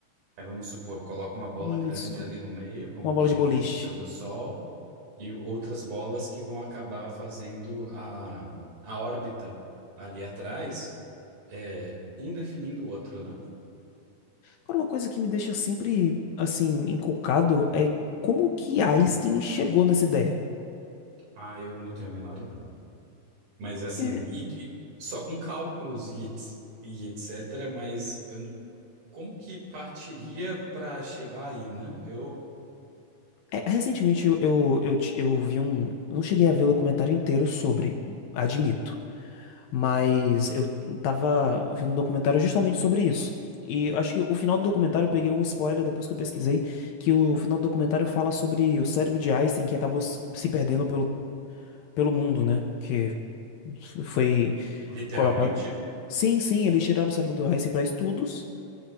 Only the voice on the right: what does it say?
Aí vamos supor, coloca uma bola
grande ali no meio, como
que
representando
o Sol, e outras bolas que vão acabar fazendo a, a órbita ali atrás, é, um definindo o outro, né?
Ah, eu não tenho a menor ideia. Mas assim,
e- e só com cálculos e, ets- e etc., mas eu n- como que partiria para chegar aí, né? Eu,
literalmente?